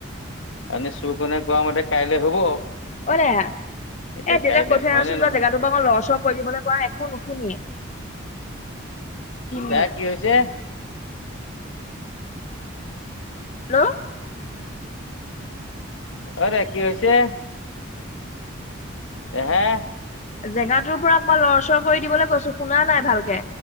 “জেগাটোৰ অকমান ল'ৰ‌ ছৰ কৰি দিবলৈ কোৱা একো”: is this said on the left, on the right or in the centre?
Left